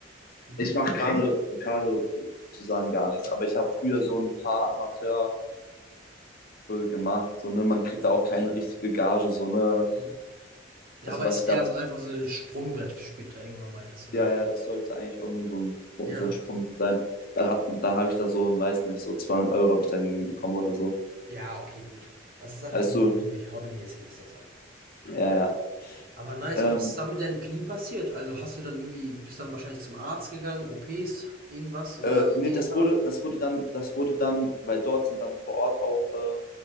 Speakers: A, on the right (about 50°); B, on the left (about 50°).
A: mhm,
B: ich mache gerade gerade sozusagen gar nichts, aber ich habe früher
A: okay.
B: so ein paar Amateurkämpfe gemacht, so, ne? Man kriegt da auch keine richtige Gage, so, ne?
A: Mhm. Ja,
B: Also
A: aber
B: was
A: ist
B: ich da
A: eher so einfach so ein Sprungbrett für später irgendwann mal, dass du da
B: Ja, ja, das sollte eigentlich auch nur so ein,
A: ja.
B: so ein Sprung sein. Dann hat, dann habe ich da so, ein, weiß nicht, so 200 Euro habe ich dann bekommen oder so.
A: Ja, okay, gut. Das ist dann
B: Weißt
A: halt
B: du?
A: Hobby hobbymäßig ist das dann.
B: Ja, ja.
A: Aber nice.
B: Ähm,
A: Und was ist dann mit deinem Knie passiert? Also, hast du dann irgendwie bist dann wahrscheinlich zum Arzt gegangen, OPs, irgendwas oder
B: äh, nee,
A: Reha,
B: das wurde, das wurde dann, das wurde dann, weil dort sind dann vor Ort auch äh,